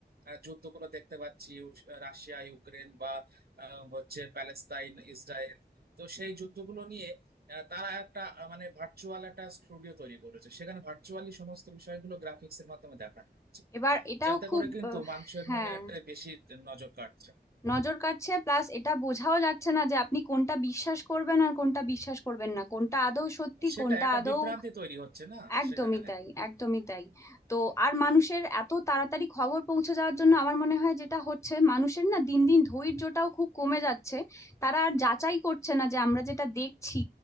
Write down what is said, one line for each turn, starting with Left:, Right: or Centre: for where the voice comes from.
Right: আহ, যুদ্ধগুলো দেখতে পাচ্ছি ইউ- রাশিয়া ইউক্রেন বা আহ, হচ্ছে প্যালেস্তাইন ইসরায়েল তো সেই যুদ্ধগুলো নিয়ে আহ, তারা একটা আহ, মানে ভার্চুয়াল একটা স্টুডিও তৈরি করেছে সেখানে ভার্চুয়ালি সমস্ত বিষয়গুলো গ্রাফিক্স এর মাধ্যমে দেখানো হচ্ছে
Left: এবার এটাও
Right: যাতে
Left: খুব
Right: করে কিন্তু
Left: আহ,
Right: মানুষের
Left: হ্যাঁ
Right: মনে একটা বেশি নজর কাটছে
Left: নজর কাটছে প্লাস এটা বোঝাও যাচ্ছে না যে আপনি কোনটা বিশ্বাস করবেন আর কোনটা বিশ্বাস করবেন না কোনটা আদৌ সত্যি
Right: সেটা
Left: কোনটা
Right: একটা
Left: আদৌ
Right: বিভ্রান্তি তৈরি হচ্ছে না
Left: একদমই
Right: সেখানে
Left: তাই একদমই তাই তো আর মানুষের এত তাড়াতাড়ি খবর পৌঁছে যাওয়ার জন্য আমার মনে হয় যেটা হচ্ছে মানুষের না দিন দিন ধৈর্যটাও খুব কমে যাচ্ছে তারা আর যাচাই করছে না যে আমরা যেটা দেখছি